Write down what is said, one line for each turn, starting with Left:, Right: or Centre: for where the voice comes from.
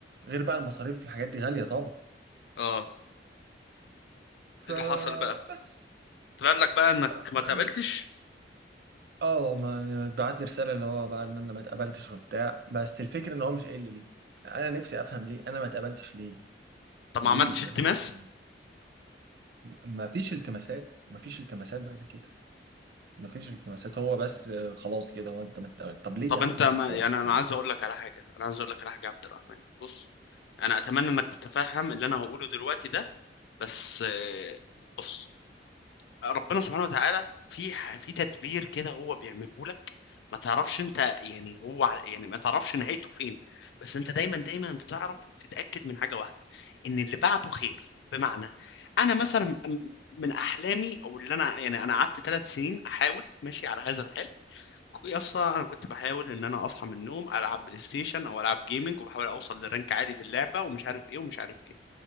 Right: غير بقى المصاريف الحاجات دي غالية طبعا
Left: اه
Right: فبس
Left: إيه اللي حصل بقى طلع لك بقى انك
Right: اه
Left: ما تقابلتش
Right: آه، ما بعت لي رسالة اللي هو بقى ان انا ما اتقبلتش وبتاع بس الفكرة ان هو مش قايل لي ليه انا نفسي افهم ليه انا ما اتقبلتش ليه
Left: طب
Right: ليه
Left: ما عملتش التماس
Right: يعني يعني ما فيش التماسات ما فيش التماسات بعد كده ما فيش التماسات هو بس آه، خلاص كده هو انت ما اتقبلت طب ليه
Left: طب
Right: يا عم
Left: انت ما
Right: هو خلاص
Left: يعني
Right: كده
Left: انا عايز اقول لك على حاجة انا عايز اقول لك على حاجة يا عبد الرحمن بص انا اتمنى انك تتفهم اللي انا هقوله دلوقتي ده بس آه، بص ربنا سبحانه وتعالى في ح- في تدبير كده هو بيعمله لك ما تعرفش انت يعني هو ع- يعني ما تعرفش نهايته فين بس انت دايما دايما بتعرف وتتأكد من حاجة واحدة ان اللي بعده خير بمعنى انا مثلا م- م- من احلامي او اللي انا يعني انا قعدت ثلاث سنين احاول ماشي على هذا الحال يا اسطى انا كنت بحاول ان انا اصحى من النوم العب بلاي ستيشن او العب جيمنج وبحاول اوصل لرانك عالي في اللعبه ومش عارف ايه ومش عارف ايه